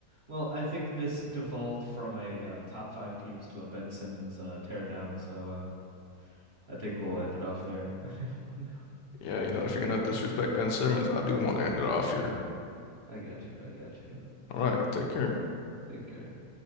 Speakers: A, on the right; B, on the left.
A: Well, I think this devolved from a uh, top five teams to a Ben Simmons uh, teardown, so uh, I think we'll end it off there. <laughs> I think we'll end
B: Yeah, you know, if you're gonna disrespect Ben Simmons, I do want to end it off here.
A: it. I got you. I got you.
B: All right, take care.
A: Take care.